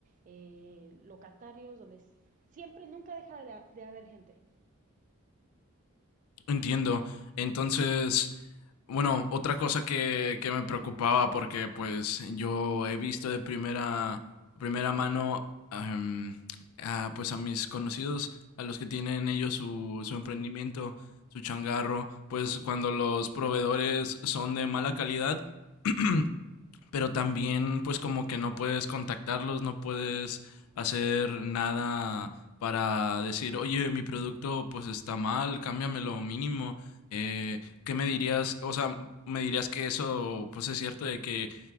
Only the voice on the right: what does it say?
eh, locatarios, donde siempre, nunca deja de, de haber gente.